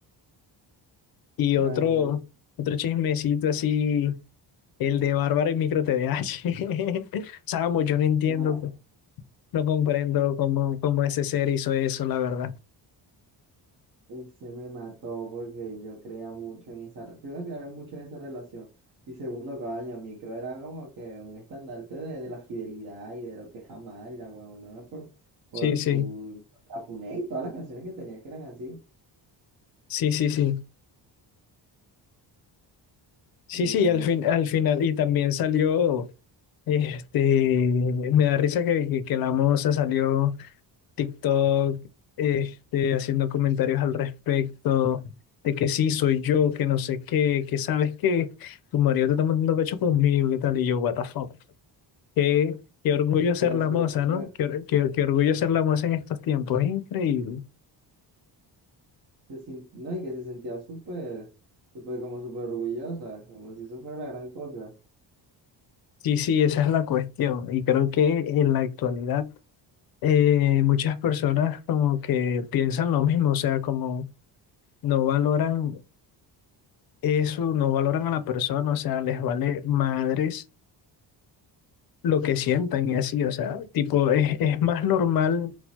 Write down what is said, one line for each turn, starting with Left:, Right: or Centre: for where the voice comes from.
Left: Y
Right: Bueno,
Left: otro, otro chismecito así, el de Bárbara y Micro TVH. <laughs> Samo, yo no entiendo,
Right: nada,
Left: pues, no comprendo cómo, cómo ese ser hizo eso, la verdad.
Right: Y se me mató porque yo creía mucho en esa, re- primero creía mucho en esa relación y segundo, coño, a mí creo era como que un estandarte de, de la fidelidad y de lo que es amar y la huevonada por, por
Left: Sí, sí,
Right: su Cafuné y todas las canciones que tenía que eran así.
Left: sí, sí, sí. Sí,
Right: Y
Left: sí,
Right: bueno,
Left: al fin,
Right: de-
Left: al final, y también salió, este, me da risa que, que, que la moza salió. TikTok, este, haciendo comentarios al respecto, de que sí, soy yo, que no sé qué, que sabes que tu marido te está mandando pecho conmigo, qué tal, y yo, what the fuck, qué, qué
Right: de-
Left: orgullo ser
Right: la
Left: la
Right: subió
Left: moza,
Right: súper,
Left: ¿no? Qué, or- qué, qué orgullo ser la moza en estos tiempos, es increíble.
Right: se sin- no, y que se sentía súper, súper como súper orgullosa, como si eso fuera la gran cosa.
Left: Sí, sí, esa es la cuestión, y creo que en la actualidad eh, muchas personas como que piensan lo mismo, o sea, como no valoran eso, no valoran a la persona, o sea, les vale madres lo que sientan y así, o sea, tipo, es, es más normal